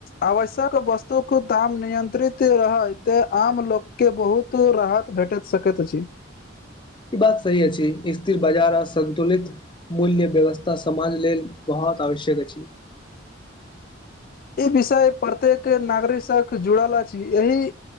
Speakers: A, on the left; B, on the left.
A: आवश्यक वस्तुके दाम नियन्त्रित रहय तै आम लोक के बहुत राहत भेटैत सकैत अछि
B: ई बात सही अछि स्थिर बाजार सन्तुलित मूल्य व्यवस्था समाज लेल बहुत आवश्यक अछि
A: ई विषय प्रत्येक नागरिक सॅं जुड़ल अछि एहि